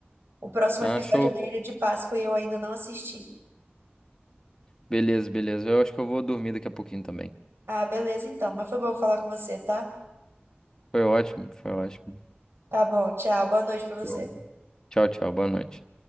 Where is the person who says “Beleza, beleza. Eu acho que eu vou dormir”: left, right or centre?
Left